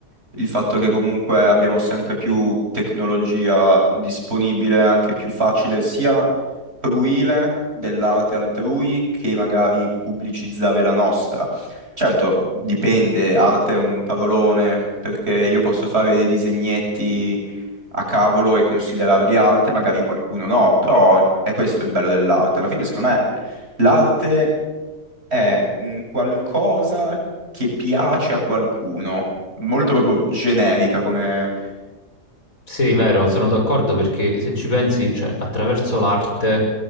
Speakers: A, on the right; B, on the left.
A: Il fatto che comunque abbiamo sempre più tecnologia disponibile, anche più facile sia fruire dell'arte altrui che magari pubblicizzare la nostra. Certo, dipende, arte è un parolone, perché io posso fare dei disegnetti a cavolo e considerare di arte, magari qualcuno no, però è questo il bello dell'arte. Alla fine, secondo me, l'arte è un qualcosa che piace a qualcuno, molto proprio generica come...
B: Sì, vero, sono d'accordo perché se ci pensi, cioè, attraverso l'arte